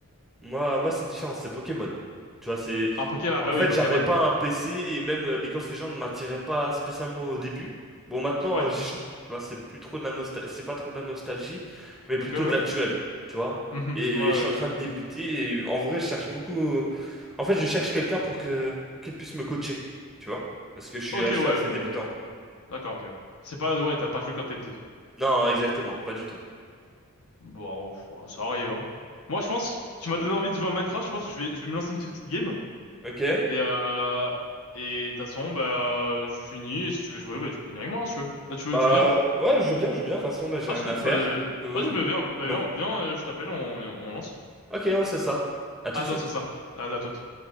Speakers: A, in the centre; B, on the left.
A: Moi, moi c'est différent, c'est Pokémon. Tu vois, c'est...
B: Ah, Pokémon, ah
A: En
B: bah
A: fait,
B: oui, Pokémon,
A: j'avais pas
B: oui.
A: un PC et même euh, League of Legends ne m'attirait pas spécialement au début. Bon, maintenant,
B: Ouais,
A: euh, j'y joue. Tu vois, c'est plus trop de la nostalgie, c'est pas trop de la nostalgie, mais plutôt
B: ok, ouais.
A: de l'actuel. Tu vois?
B: Mhm,
A: Et
B: ouais, ouais.
A: je suis
B: ouais.
A: en train de débuter et en vrai, je cherche beaucoup. En fait, je cherche quelqu'un pour que pour qu'il puisse me coacher. Tu vois? Parce que je suis,
B: Ok,
A: je suis
B: ouais,
A: assez
B: mais...
A: débutant.
B: D'accord, ok, ouais. C'est pas, ouais, t'as pas joué quand t'es petit.
A: Non, exactement, pas du tout.
B: Bon, pff, ouais, ça arrive, hein. Moi, je pense, tu m'as
A: Hmm
B: donné envie de jouer à Minecraft, je pense que je vais, je vais me lancer une petite game.
A: Ok.
B: Et, euh, et de toute façon, bah, je finis. Et si tu veux jouer, bah, tu peux venir avec moi, hein, si tu veux. Là, tu veux,
A: Bah
B: tu veux venir?
A: ouais, je veux bien, je veux bien. De toute façon, là, j'ai
B: Ah,
A: rien
B: si,
A: à faire.
B: bah, euh,
A: Du coup,
B: vas-y, bah, viens, bah,
A: non.
B: viens, viens, euh, je t'appelle, on, on lance.
A: Ok, on sait ça. À tout
B: Ah,
A: de
B: non,
A: suite.
B: c'est ça. Ah, à toute.